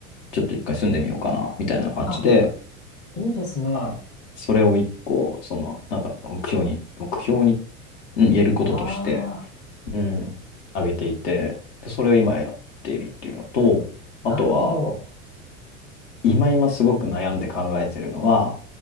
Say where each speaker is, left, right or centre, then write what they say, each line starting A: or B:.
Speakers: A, on the left; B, on the left.
A: ちょっと一回住んでみようかな、みたいな感じで、
B: あ、いいですね。
A: はいそれを一個、その、なんだろう、目標に、目標に、うん、やることとして、
B: あ
A: うん、上げていて、で、それを今やっているっていうのと、あとは、
B: ー、なるほど。
A: 今今すごく悩んで考えてるのは、